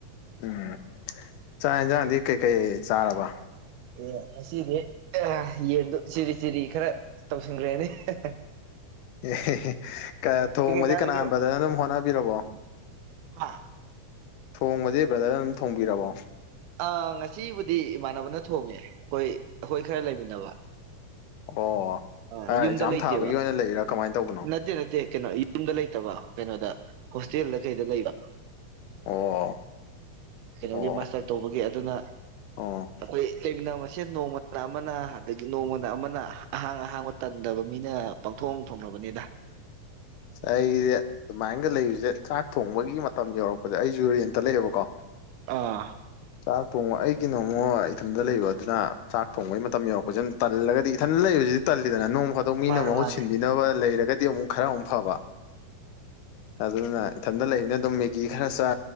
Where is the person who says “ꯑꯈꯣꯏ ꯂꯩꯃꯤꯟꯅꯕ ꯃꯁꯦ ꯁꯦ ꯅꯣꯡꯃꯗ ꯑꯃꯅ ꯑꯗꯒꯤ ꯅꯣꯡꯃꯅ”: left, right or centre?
Right